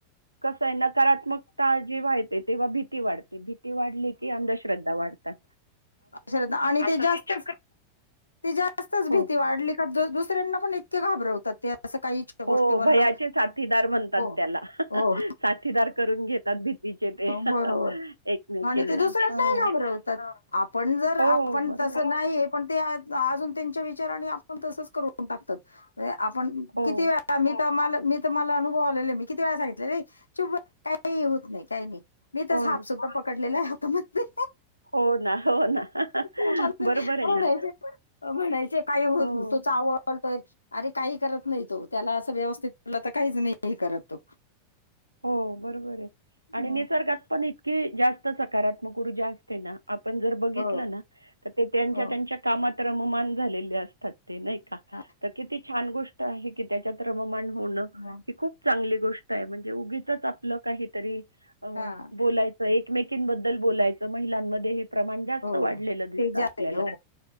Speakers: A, on the right; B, on the left.
A: कस आहे नकारात्मकता जेव्हा येते तेव्हा भीती वाढते भी ती वाढली की अंधश्रद्धा वाढता
B: अंधश्रद्धा आणि ते जास्तच ते जास्तच भीती
A: हो.
B: वाढली का दुसऱ्यांना पण घाबरवतात ते असं काही छोट्या गोष्टीवरण,
A: हो, भयाचे साथीदार म्हणतात
B: हो-हो-हो
A: त्याला. साथीदार करून घेतात भीतीचे ते
B: बरोबर
A: एकमेकींना.
B: मग आणीते दुसऱ्यां
A: हां.
B: नाही घाबरवतात. आपण जर
A: हो,
B: आपण
A: बरोबर.
B: तसं नाही पण ते अजून त्यांचे विचार आणि आपण तसच करून टाकतात आपण
A: हो.
B: किती वेळा मी तर माल मी, तर मला अनुभव आलेले. मी किती वेळा सांगितले चु काही होत नाही, काही नाही. मी तर
A: हो
B: साप
A: ना.
B: सुद्धा पकड लेले हाता मध्ये
A: हो ना, हो ना.
B: मग म्हणायचं
A: बरोबर आहे ना.
B: म्हणायचे काही होत
A: हो.
B: तो चाव तर अरे काही करत नाही तो, त्याला असं व्यवस्थितलं तर काहीच नाही हे करत तो.
A: हो बरोबर आहे आणि
B: हं
A: निसर्गात पण इ की जास्त स सकारात्मक ऊर्जा असते ना आपण जर बघितलंं
B: हो
A: ना तर ते त्यांच्या
B: हो
A: यांच्या कामात रममान झालेले असतात. ते नाही का?
B: हां
A: तर किती छान गोष्ट आहे कि त्याच्यात रममान तोंडलंखुप
B: हां
A: चांगलीयेत गोष्ट आहे म्हण म्हणजे उगीचच आपलं काहीतरी अ
B: हां
A: बोलायचं एक एकमेकींबद्दल बोलायचं महिलांमध्ये हे प्रमाण जास्त
B: हो
A: वाढलेलं दिसतं
B: ते जाते
A: आपल्याला
B: हो